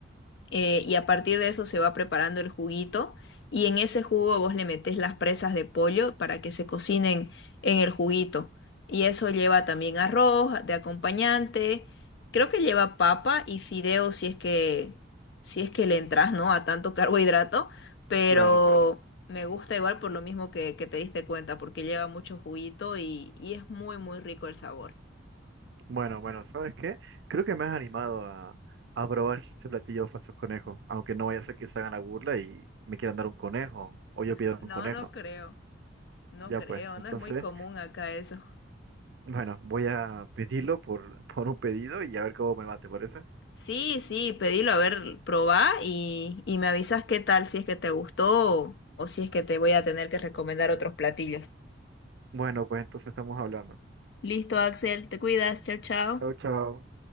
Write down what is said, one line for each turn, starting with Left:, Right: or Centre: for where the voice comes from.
Left: eh, y a partir de eso se va preparando el juguito y en ese jugo vos le metés las presas de pollo para que se cocinen en el juguito. Y eso lleva también arroz de acompañante, creo que lleva papa y fideo si es que, si es que le entras, ¿no? A tanto <laughs> carbohidrato, pero
Right: claro, claro.
Left: me gusta igual por lo mismo que, que te diste cuenta, porque lleva mucho juguito y, y es muy, muy rico el sabor.
Right: Bueno, bueno, ¿sabes qué? Creo que me has animado a, a probar este platillo falso conejo, aunque no vaya a ser que se hagan la burla y me quieran dar un conejo, o yo pido
Left: No,
Right: un conejo.
Left: no creo, no
Right: Ya
Left: creo,
Right: pues, entonces...
Left: no es muy común acá eso.
Right: Bueno, voy a pedirlo por, <laughs> por un pedido y a ver cómo me va, ¿te parece?
Left: Sí, sí, pedilo, a ver, probá y, y me avisas qué tal, si es que te gustó o, o si es que te voy a tener que recomendar otros platillos.
Right: Bueno, pues entonces estamos hablando.
Left: Listo, Axel, te cuidas, chao, chao.
Right: Chao, chao.